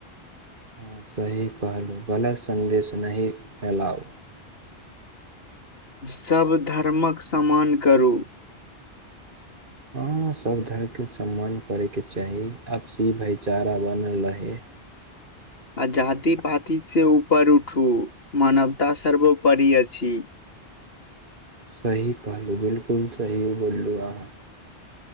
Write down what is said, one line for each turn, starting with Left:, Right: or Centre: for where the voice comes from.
Right: हँ सही कहलहुँ, गलत सन्देश नहि फैलाउ।
Left: सभ धर्मक सम्मान करू।
Right: हँ, सब धर्मके सम्मान पड़ेके चाही, अपसी भाईचारा बनल रहै।
Left: आ जाति पाति से ऊपर उठू, मानवता सर्वोपरि अछी।
Right: सही कहलू बिलकुल सही बोलू अहाँ।